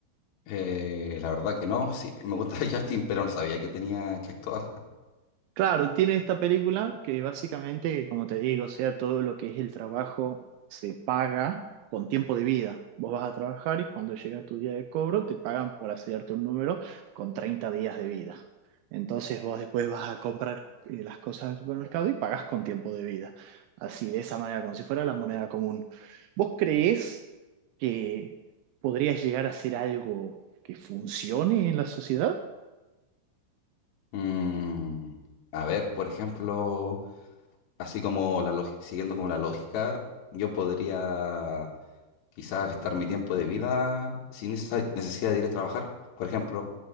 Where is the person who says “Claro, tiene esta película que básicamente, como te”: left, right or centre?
Right